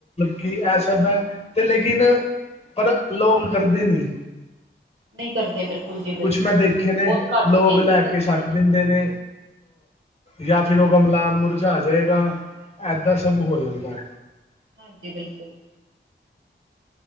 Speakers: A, on the left; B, on the right.
A: ਕਿ ਇਹ ਸਭ ਏ ਤੇ ਲੇਕਿਨ, ਪਤਾ ਲੋਕ ਕਰਦੇ ਨਹੀਂ।
B: ਨਹੀਂ ਕਰਦੇ ਬਿਲਕੁਲ। ਜੀ ਬਿਲਕੁਲ
A: ਕੁਛ ਮੈਂ ਦੇਖੇ
B: ਬਹੁਤ
A: ਨੇ,
B: ਬਹੁਤ ਘੱਟ
A: ਲੋਕ
B: ਨੇ ਜਿਹੜੇ
A: ਲੈ ਕੇ
B: ਕਰਦੇ
A: ਛੱਡ ਦਿੰਦੇ ਨੇ। ਜਾਂ ਫਿਰ ਉਹ ਗਮਲਾ ਮੁਰਝਾ ਜਾਏਗਾ, ਏਦਾਂ ਸਭ ਹੋ ਜਾਂਦਾ ਐ।
B: ਹਾਂਜੀ ਬਿਲਕੁਲ।